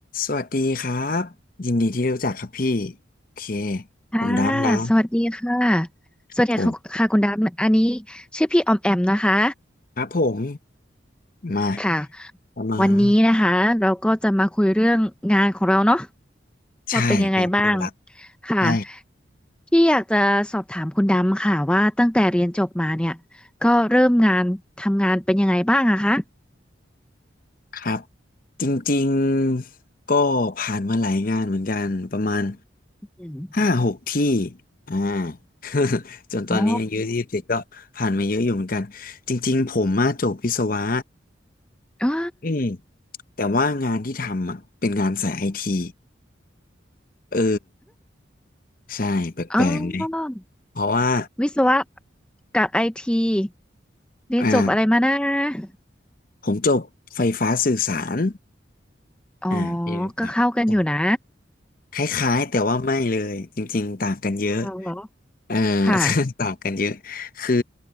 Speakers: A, on the left; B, in the centre.
A: สวัสดีครับยินดีที่รู้จักครับพี่โอเค
B: ค่ะ
A: ผมดำนะ
B: สวัสดีค่ะ
A: ครับผม
B: สวัสดีค่ะค่ะคุณดำอันนี้ชื่อพี่ออมแอมนะคะ
A: ครับผมมา
B: ค่ะ
A: ปรามาณ
B: วันนี้นะคะเราก็จะมาคุยเรื่องงานของเราเนาะ
A: ใช่งานเดียวรัก
B: ว่าเป็นยังไงบ้างค่ะ
A: ใช่
B: พี่อยากจะสอบถามคุณดำค่ะว่าตั้งแต่เรียนจบมาเนี่ยก็เริ่มงานทำงานเป็นยังไงบ้างอะคะ
A: ครับจริงๆก็ผ่านมาหลายงานเหมือนกันประมาณ
B: อืม
A: ห้าหกที่อ่า <laughs> จนตอนนี้อายุยี่สิบเจ็ดก็ผ่านมาเยอะอยู่เหมือนกันจริงๆผมมาจบวิศวะ
B: อ๋ออ่า
A: อืมแต่ว่างานที่ทำอ่ะเป็นงานสายไอทีเออใช่แปลกๆไหม
B: อ๋อ
A: เพราะว่า
B: วิศวะกับไอทีเรียนจบอะไรมานะ
A: อ่าผมจบไฟฟ้าสื่อสาร
B: อ๋อ
A: อ่าปีรู้จักตอง
B: ก็เข้ากันอยู่นะ
A: คล้ายๆแต่ว่าไม่เลยจริงๆต่างกันเยอะ
B: อ๋อเหรอ
A: เออ
B: ค่ะ
A: <laughs> ต่างกันเยอะคือ